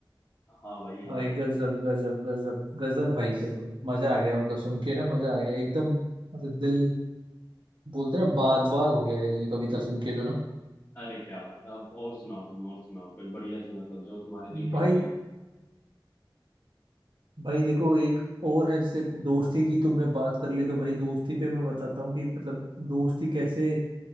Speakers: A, on the left; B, on the right.
A: हाँ भाई हाँ
B: भाई गजब
A: यार
B: गजब गजब गजब भाई गजब मजा आ गया मतलब सुन के ना मजा आ गया एकदम मतलब दिल बोलते ना बाग बाग हो गया यार ये कविता सुन के तो ना
A: अरे क्या बात है अब और सुनाओ तुम और सुनाओ कोई बढ़िया सी मतलब जो तुम्हारे दिल के
B: भाई
A: करीब हो
B: भाई देखो एक और है जैसे दोस्ती की तुमने बात कर ली तो भाई दोस्ती पे मैं बताता हूँ कि मतलब दोस्ती कैसे